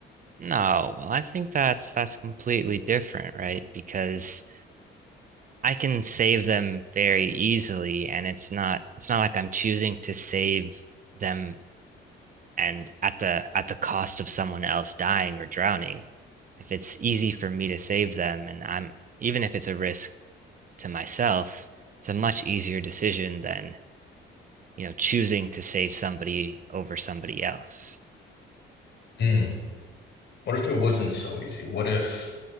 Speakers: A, on the right; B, on the left.
A: No, well, I think that's that's completely different, right? Because I can save them very easily and it's not it's not like I'm choosing to save them and at the at the cost of someone else dying or drowning. If it's easy for me to save them and I'm even if it's a risk to myself, it's a much easier decision than, you know, choosing to save somebody over somebody else.
B: Hmm. What if it wasn't so easy? What if